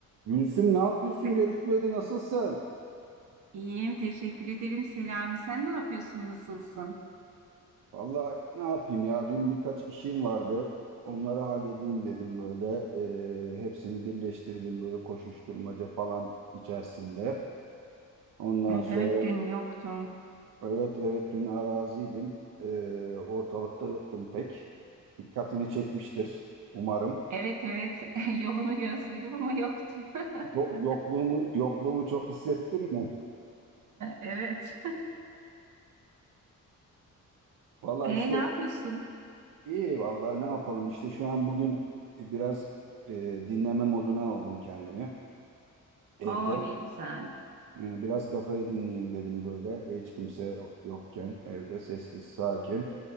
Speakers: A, on the right (about 80°); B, on the right (about 65°).
A: Gülsüm ne yapıyorsun?
B: Se-
A: Görüşmeyeli nasılsın?
B: İyiyim, teşekkür ederim Selami. Sen ne yapıyorsun, nasılsın?
A: Vallahi ne yapayım ya? Dün birkaç işim vardı. Onları halledeyim dedim böyle. Ee, hepsini birleştirdim böyle koşuşturmaca falan içerisinde. Ondan
B: Hı,
A: sonra
B: Evet, dün yoktun.
A: evet evet dün araziydim. Ee, ortalıkta yoktum pek. Dikkatini çekmiştir umarım.
B: Evet, evet, <laughs> yolunu gözledim ama yoktun.
A: Yo-
B: <laughs>
A: Yokluğumu yokluğumu çok hissettin mi?
B: Evet.
A: Vallahi
B: E,
A: işte
B: ne yapıyorsun?
A: İyi vallahi ne yapalım işte şu an bugün e, biraz e, dinleme moduna aldım kendimi evde.
B: Oo, ne güzel.
A: E, Biraz kafayı dinleyeyim dedim böyle hiç kimse yokken evde sessiz sakin.